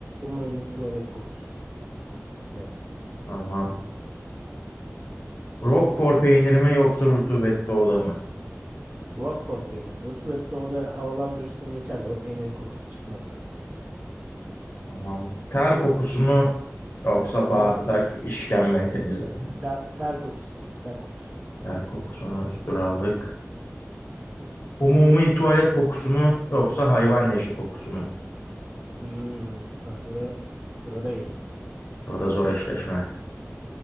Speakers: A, on the right; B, on the left.
A: Umumi tuvalet kokusu. Net.
B: Tamam. Roquefort peyniri mi yoksa rutubetli oda mı?
A: Roquefort peynir. Rutubette o da havalandırırsın geçer de o peynirin kokusu çıkmaz abi.
B: Tamam. Ter kokusu mu yoksa bağırsak
A: Ter kokusu.
B: işkembe temizleme mi?
A: Ter, ter kokusu. Ter kokusu.
B: Ter kokusunu üstüne aldık. Umumi tuvalet kokusu mu yoksa hayvan leşi kokusu mu?
A: Hmm, bak bura, burada iyi.
B: Burada zor eşleşme.